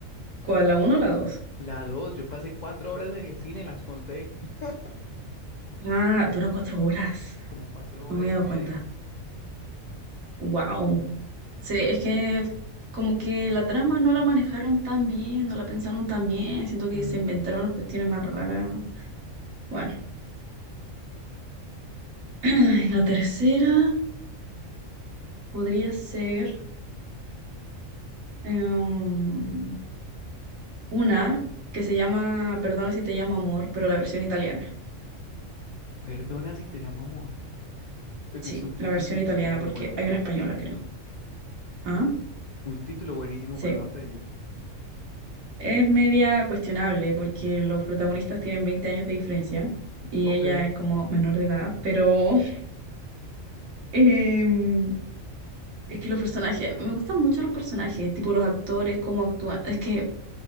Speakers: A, on the right; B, on the left.
A: ¿Cuál, la uno o la dos?
B: La dos, yo pasé cuatro horas en el cine, las conté, <laughs>
A: Ah, dura cuatro horas,
B: como cuatro horas
A: no me había
B: y
A: dado
B: media.
A: cuenta. Wow. Sí, es que como que la trama no la manejaron tan bien, no la pensaron tan bien, siento que
B: Ujú.
A: se inventaron las cuestiones más raras. Bueno, <clears throat> y la tercera podría ser em, una que se llama Perdona si te llamo amor, pero la versión italiana.
B: Perdona si te llamo amor. Es
A: Sí,
B: es un,
A: la
B: es
A: versión
B: un título
A: italiana,
B: muy
A: porque
B: bueno para
A: hay una
B: una
A: española,
B: película.
A: creo. Ah,
B: Un título buenísimo
A: sí.
B: para una peli.
A: Es media cuestionable porque los protagonistas tienen 20 años de diferencia y
B: Ok.
A: ella es como menor de edad, pero <laughs> em, es que los personajes, me gustan mucho los personajes, tipo los actores, cómo actúan, es que